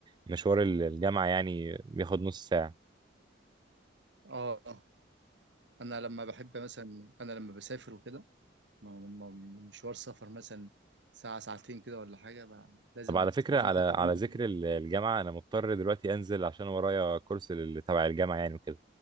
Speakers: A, on the right; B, on the right.
A: مشوار ال- الجامعه يعني بياخد نص ساعه
B: آه أنا لما بحب مثلا أنا لما بسافر وكده م- م- مشوار سفر مثلا ساعة ساعتين كده ولا حاجة بقى لازم
A: طب على
B: أت-
A: فكره
B: لازم
A: على
B: أحط
A: على
B: الهاند
A: ذكر
B: فري
A: ال- الجامعه انا مضطر دلوقتي انزل عشان ورايا كورس ال- تبع الجامعه يعني وكده